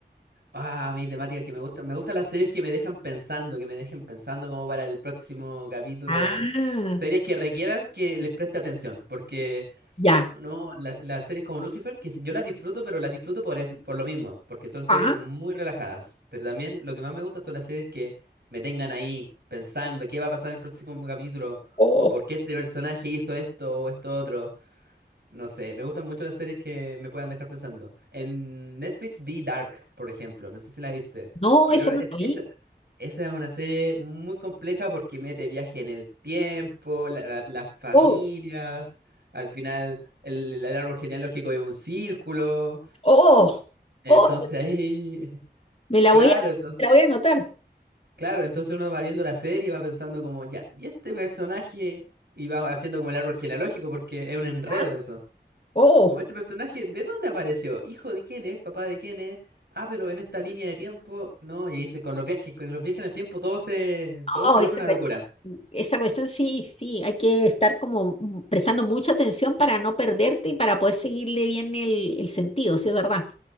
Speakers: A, on the right (about 70°); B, on the left (about 35°).
A: Ah, a mí temáticas que me gustan. Me gustan las series que me dejan pensando, que me dejen pensando como para el próximo capítulo.
B: Ah,
A: Series que requieran que les preste atención, porque
B: ya.
A: No, la- las series como Lucifer, que si- yo las disfruto, pero las disfruto por, es- por lo mismo, porque son series
B: Ah,
A: muy relajadas. Pero también lo que más me gusta son las series que me tengan ahí pensando qué va a pasar en el próximo capítulo,
B: oh,
A: o por qué este personaje hizo esto o esto otro. No sé, me gustan mucho las series que me puedan dejar pensando. En Netflix vi Dark, por ejemplo, no sé si la viste,
B: no,
A: que
B: eso
A: era,
B: no sabía.
A: esa es una serie muy compleja porque mete viaje en el tiempo, la- la- las familias,
B: Oh,
A: al final el, el árbol genealógico es un círculo,
B: oh,
A: entonces
B: oh,
A: ahí, <laughs>
B: me la
A: claro,
B: voy a,
A: entonces,
B: me la voy a anotar.
A: claro, entonces uno va viendo la serie y va pensando como, ya, ¿y este personaje? Y va haciendo como el árbol genealógico porque es un enredo
B: Ah,
A: eso.
B: Oh,
A: Como este personaje, ¿de dónde apareció? ¿Hijo de quién es? ¿Papá de quién es? Ah, pero en esta línea de tiempo, no, y dice, con los viajes, con los viajes en el tiempo todo se, todo
B: Oh,
A: se vuelve
B: esa
A: una
B: cuestión,
A: locura.
B: esa cuestión sí, sí, hay que estar como mm, prestando mucha atención para no perderte y para poder seguirle bien el, el sentido, sí, es verdad.